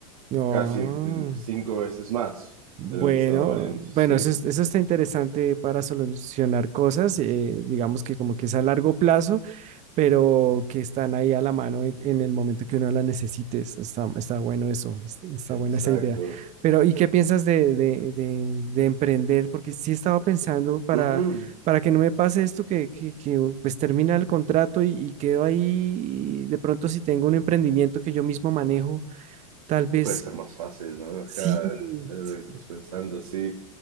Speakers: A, on the right (about 40°); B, on the right (about 70°).
A: No.
B: casi el- el cinco veces más
A: Bueno,
B: de lo que estaba valiendo.
A: bueno,
B: Sí,
A: eso, es- eso está interesante para solucionar cosas, eh, digamos que como que es a largo plazo pero que están ahí a la mano en, en el momento que uno la necesites. Está, está bueno eso, es- está
B: exacto.
A: buena esa idea. Pero, ¿y qué piensas de, de, de- de emprender? Porque sí estaba pensando para,
B: Ujú.
A: para que no me pase esto, que, que, que, uh, pues termina el contrato y, y quedo ahí. de pronto, si tengo un emprendimiento que yo mismo manejo, tal vez
B: Puede ser más fácil, ¿no?
A: sí,
B: Ajá, es lo
A: sí,
B: que estás pensando, sí.